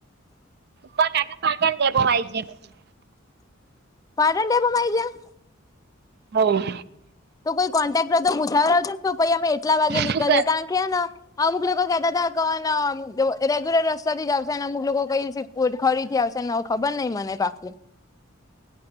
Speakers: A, on the right; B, on the left.
A: માર કાકા પાટણ ડેમો માં આઈ છે.
B: પાટણ ડેમો માં આઈ ગયાં?
A: હોવ
B: તો કોઈ કોન્ટેક્ટર હોય તો પૂછાવડા જ ને તો પછી આપડે એટલા વાગે નીકળીએ
A: શું કર
B: કારણ કે, હે ને અમુક લોકો કેહેતા તા કે હ ન, જો રેગ્યુલર રસ્તા થી જ આવશે અને અમુક લોકો કઈએ છે. ઉટખરી થી આવશે ને હવ ખબર નહિ મને બાકી